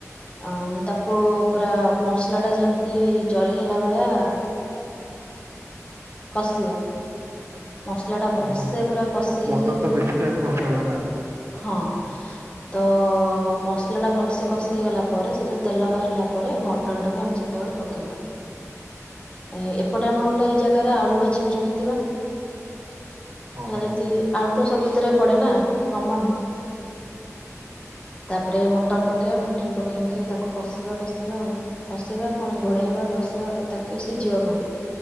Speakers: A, on the left; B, on the right.
A: ଆ ତାକୁ ପୁରା ମସଲା ଟା ଯେମିତି ଜରି ହେଲା ଭଳିଆ କସିବ ମସଲା ଟା ଭଲସେ
B: ହଁ
A: ପୁରା କଷି
B: ମଟନ
A: ହେଇଯିବ
B: ତ
A: ଜେତବେଳେ
B: ବେଶୀ ଟାଇମ କଷା ହୁଏ ନା
A: ହଁ। ତ ମସଲା ଟା ଭଲସେ କଷେଇଗଲା ପରେ ସେ ଯୋଉ ତେଲ ବାହାରିଲା ପରେ ମଟନ ଟାକୁ ଆମେ ସେ ସତବେଳେ ପକେଇବା
B: <inaudible>
A: ଏ ହେ ଏପଟେ ଆମେ ଗୋଟେ ଜାଗାରେ ଆଳୁ ଭାଜିକି ରଖିଥିବା।
B: ହଁ
A: ହେଲା ଯଦି ଆଳୁ ତ ସବୁଥିରେ ପଡେ ନା କମନ୍।
B: <inaudible>
A: ତାପରେ ମଟନ୍ ପକେଇବା ମଟନ୍ ପକେଇକି ତାକୁ କଷିବା କଷିବା ଆଉ। କଷିବା ପୁଣି ଘୋଡେଇବା କଷିବା ତାକେ ସିଜିବା ପାଇଁ।